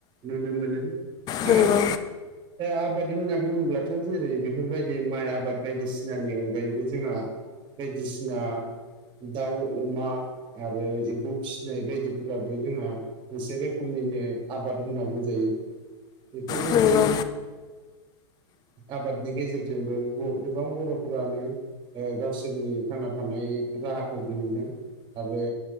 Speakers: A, on the right; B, on the left.
A: नुनो मोनो उ
B: नंगौ
A: <unintelligible> आबाद होनना बुङोब्लाथ' जेरै बेफोरबायदि माइ आबाद बायदिसिनानि अनगायैबो जोंहा। बायदिसिना दाउ अमा आरो एम्फौ फिसिनाय बायदिफोराबो जोंहा मोनसे रोखोमनि नो आबाद होनना बुंजायो बेफोरबायदि
B: नंगौ नंगौ
A: आबादनि गेजेरजोंबो गोबां बर'फोरानो ओ गावसो रनि थांना थानाय राहाखौ दिहुनदों आरो